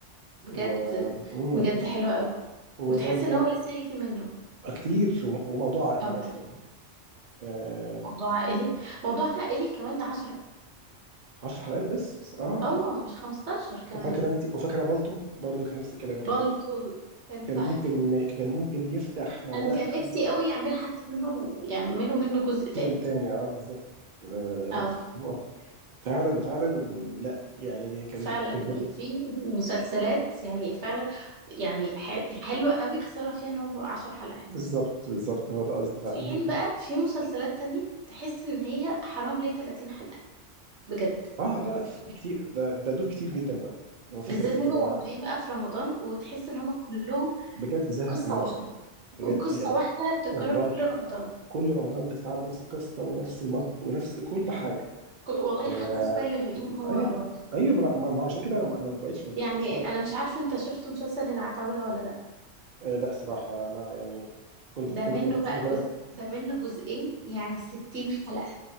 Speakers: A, on the right; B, on the right.
A: بجد
B: و مم.
A: بجد حلوة قوي
B: وبرضو
A: وتحس ان
B: مو...
A: هو لسه يجي منه
B: كتير وموضوع عائلي
A: اه
B: مثلا آه...
A: موضوع عائلي موضوع عائلي كمان ده 10
B: 10 حلقات بس اه
A: اه مش 15 كمان
B: وفاكره انت وفاكره بالتو برضو كان نفس الكلام كان
A: بالطو كان
B: كان
A: تحفة
B: ممكن كان ممكن يفتح مواضيع
A: انا كان
B: كتير
A: نفسي
B: جدا
A: قوي يعمل حتى منهم يعملوا منه جزء تاني
B: سيزون تاني اه بالظبط آه،
A: اه
B: هو فعلا فعلا لا يعني كان
A: فعلا
B: كنت-
A: في مسلسلات يعني فعلا يعني ح- حلوة قوي خسارة فيها ان هم بقوا 10 حلقات
B: بالظبط بالظبط هو ده قصدي فعلا
A: في حين بقى
B: <laughs>
A: في مسلسلات تانية تحس ان هي حرام ليه 30 حلقة بجد
B: اه لا لا في كتير ده ده دول كتير جدا بقى اللي هو فكره
A: بالذات بيبقوا
B: اللي هو
A: موجودين بقى في رمضان وتحس ان هم كلهم
B: بجد زهق
A: قصة
B: وملل
A: واحدة
B: بجد
A: وقصة
B: يعني
A: واحدة بتتكرر
B: والله
A: كل رمضان
B: كل رمضان بتتعب نفس القصه ونفس المط ونفس كل حاجه
A: ك- والله
B: آه،
A: حتى ستايل الهدوم هو
B: ايوه
A: هو
B: ايوه ما أنا- ما ما عشان كده انا أنا ما بقتش
A: يعني
B: بتفرج
A: انا مش عارفة انت شفت مسلسل العتاولة ولا
B: آه لا صراحة أنا يعني كنت
A: ده
B: كنت
A: منه بقى
B: متابع
A: بص ده منه جزئين يعني ستين حلقة